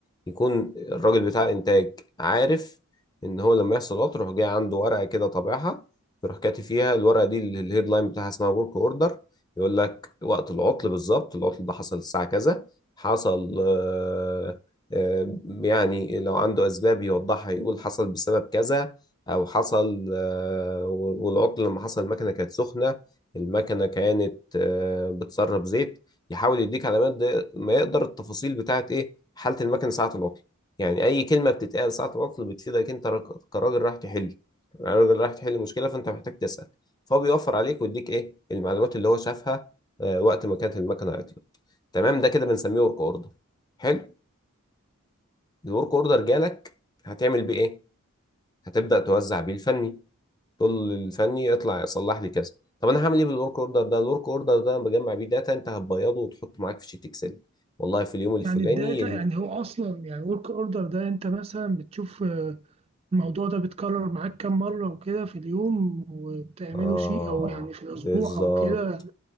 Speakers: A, on the left; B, on the right.
A: يكون الراجل بتاع انتاج عارف ان هو لما يحصل غلط يروح جاي عنده ورقه كده طابعها يروح كاتب فيها الورقه دي اللي الهيد لاين بتاعها اسمها ورك اوردر يقول لك وقت العطل بالظبط العطل ده حصل الساعه كذا حصل آه، آه، يعني لو عنده اسباب يوضحها يقول حصل بسبب كذا او حصل آه، والعطل لما حصل المكنه كانت سخنه المكنه كانت آه، بتسرب زيت يحاول يديك علامات ده ما يقدر التفاصيل بتاعت ايه حالة المكنة ساعة العطل يعني اي كلمة بتتقال ساعة العطل بتفيدك انت راك- كراجل رايح تحل راجل رايح تحل مشكلة فانت محتاج تسأل فهو بيوفر عليك ويديك ايه المعلومات اللي هو شافها آه، وقت ما كانت المكنة عطلت تمام ده كده بنسميه ورك اوردر حلو الورك اوردر جالك هتعمل بيه ايه هتبدأ توزع بيه الفني تقول للفني اطلع صلح لي كذا طب انا هعمل ايه بالورك اوردر ده الورك اوردر ده بجمع بيه داتا انت هتبيضه وتحطه معاك في شيت اكسل والله في اليوم الفلاني
B: يعني الداتا يعني هو اصلا يعني ورك اوردر ده انت مثلا بتشوف الموضوع ده بيتكرر معاك كام مرة وكده في اليوم وبتعمله
A: اه
B: شيء أو يعني في الأسبوع
A: بالظبط
B: أو كده